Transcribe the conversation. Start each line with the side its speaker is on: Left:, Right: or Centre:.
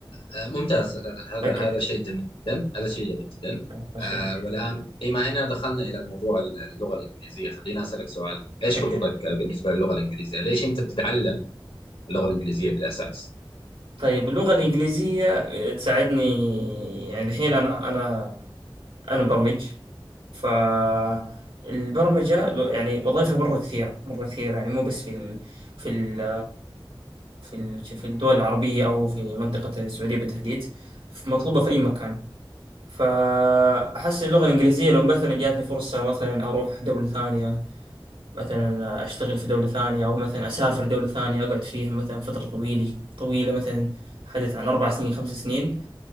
Left: آه، ممتاز آه، هذا
Right: أوكي
Left: هذا شيء جميل جدا هذا شيء جميل جدا
Right: الله يخليك
Left: آه، والآن بما أننا دخلنا إلى موضوع اللغة الإنجليزية خلينا أسألك سؤال إيش
Right: أوكي
Left: خططك بالنسبة للغة الإنجليزية ليش أنت بتتعلم اللغة الإنجليزية في الأساس
Right: طيب اللغة الإنجليزية تساعدني يعني الحين أنا أنا انا برمج فالبرمجة يعني وظائفها مرة كثيرة مرة كثيرة يعني مو بس في ال في ال في ال في الدول العربية أو في منطقة السعودية بالتحديد مطلوبة في أي مكان فأحس اللغة الإنجليزية لو مثلا جاتني فرصة مثلا أروح دولة ثانية مثلا أشتغل في دولة ثانية أو مثلا أسافر دولة ثانية أقعد فيها مثلا فترة طويلة طويلة مثلا حدث عن أربع سنين خمس سنين